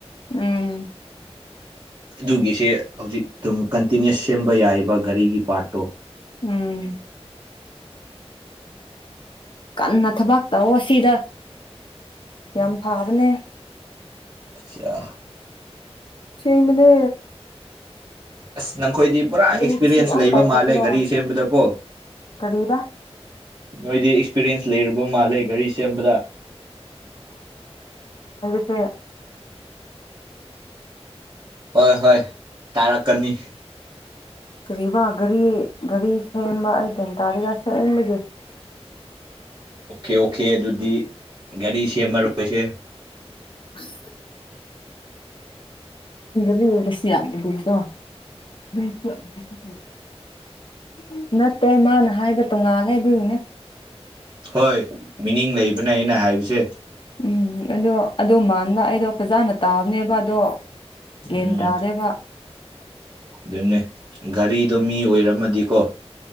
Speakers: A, on the left; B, on the right.
A: ꯎꯝ
B: ꯑꯗꯨꯒꯤꯁꯦ ꯍꯧꯖꯤꯛ ꯑꯗꯨꯝ ꯀꯟꯇꯤꯅꯤ꯭ꯨꯁ ꯁꯦꯝꯕ ꯌꯥꯏꯕ ꯒꯥꯔꯤꯒꯤ ꯄꯥꯔꯠꯇꯣ
A: ꯎꯝ ꯀꯟꯅ ꯊꯕꯥꯛ ꯇꯧꯑꯣ ꯁꯤꯗ ꯌꯥꯝ ꯐꯕꯅꯦ
B: ꯑꯆꯥꯆꯥ
A: ꯁꯦꯝꯃꯤꯅꯦ
B: ꯑꯁ ꯅꯪꯈꯣꯏꯗꯤ ꯄꯨꯔꯥ ꯑꯦꯛꯁꯄꯤꯔꯤꯌꯦꯟꯁ
A: ꯃꯤꯒꯤꯁꯨ ꯌꯥꯝ
B: ꯂꯩꯕ
A: ꯄꯥꯏꯈꯠꯂꯣ
B: ꯃꯥꯜꯂꯦ ꯒꯥꯔꯤ ꯁꯦꯝꯕꯗꯀꯣ
A: ꯀꯔꯤꯕ
B: ꯅꯣꯏꯗꯤ ꯑꯦꯛꯁꯄꯤꯔꯤꯌꯦꯟꯁ ꯂꯩꯨꯔꯕ ꯃꯥꯜꯂꯦ ꯒꯥꯔꯤ ꯁꯦꯝꯕꯗ
A: ꯁꯦ <inaudible>
B: ꯍꯣꯏ ꯍꯣꯏ ꯇꯥꯔꯛꯀꯅꯤ
A: ꯀꯔꯤꯕꯥ ꯒꯥꯔꯤ ꯒꯥꯔꯤ ꯁꯦꯝꯕ ꯑꯩ ꯔꯤꯝ ꯇꯥꯗꯦꯗ ꯁꯦꯝꯕꯒꯦ <unintelligible>
B: ꯑꯣꯀꯦ ꯑꯣꯀꯦ ꯑꯗꯨꯗꯤ ꯒꯥꯔꯤ ꯁꯦꯝꯃꯔꯣꯏꯁꯦ
A: <unintelligible> ꯏꯗꯤ ꯔꯁꯤꯌꯥꯌꯥꯝ ꯏꯇꯣ <unintelligible> ꯅꯠꯇꯦ ꯃꯥꯅ ꯍꯥꯏꯕ ꯇꯣꯉꯥꯜꯂꯦ ꯑꯗꯨꯅꯤꯅꯦ
B: ꯍꯣꯏ ꯃꯤꯅꯤꯡ ꯂꯩꯕꯅꯦ ꯑꯩꯅ ꯍꯥꯏꯕꯁꯦ
A: ꯎꯝ ꯑꯗꯣ ꯑꯗꯣ ꯃꯥꯟꯕ ꯑꯩꯗꯣ ꯐꯖꯥꯅ ꯇꯥꯕꯅꯦꯕ ꯑꯗꯣ ꯃꯦꯜ
B: ꯎꯝ
A: ꯇꯥꯔꯥꯕ
B: ꯑꯗꯨꯅꯦ ꯒꯥꯔꯤꯗꯣ ꯃꯤ ꯑꯣꯏꯔꯝꯃꯗꯤꯀꯣ